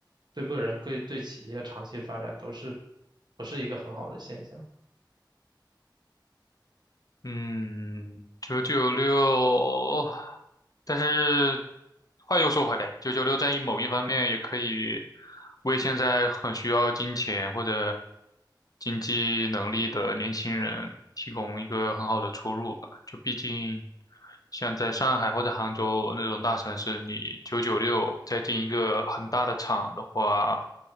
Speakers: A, on the right; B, on the left.
A: 对个人对对企业长期发展都是不是一个很好的现象。
B: 嗯，九九六，但是话又说回来，九九六在某一方面也可以为现在很需要金钱或者经济能力的年轻人提供一个很好的出路。就毕竟像在上海或者杭州那种大城市，你九九六再进一个很大的厂的话，